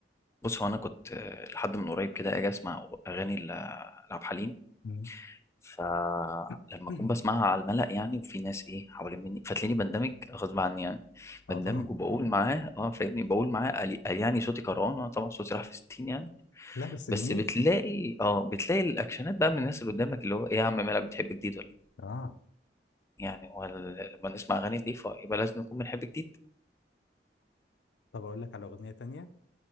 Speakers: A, on the left (about 15°); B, on the left (about 80°).
A: بص هو أنا كنت آه، لحد من قريب كده أجي أسمع أغاني ل- لعبد الحليم
B: مم.
A: فلما
B: <clears throat>
A: اكون بسمعها على الملأ يعني وفي ناس ايه حوالين مني فتلاقيني بندمج غصب عني يعني بندمج
B: اه طبعا
A: وبقول معاه اه فاهمني بقول معاه قال قال يعني صوتي كرهان انا طبعا صوتي راح في 60 يعني
B: لا بس
A: بس
B: جميل
A: بتلاقي اه بتلاقي الاكشنات بقى من الناس اللي قدامك اللي هو ايه يا عم مالك بتحب جديد ولا
B: اه
A: إيه؟ يعني هو ال- لما نسمع اغاني نضيفه يبقى لازم نكون بنحب جديد
B: طب أقول لك على أغنية تانية